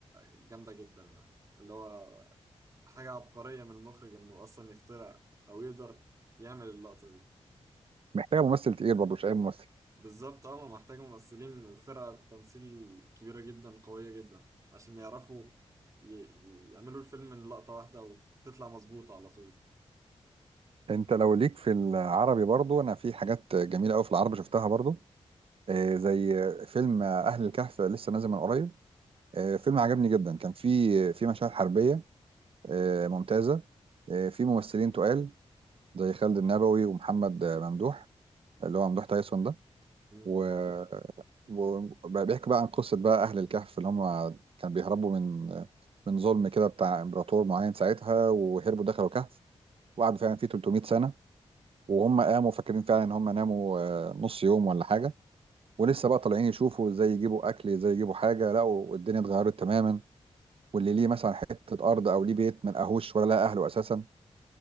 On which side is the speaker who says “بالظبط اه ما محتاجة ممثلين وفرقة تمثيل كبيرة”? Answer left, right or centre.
Right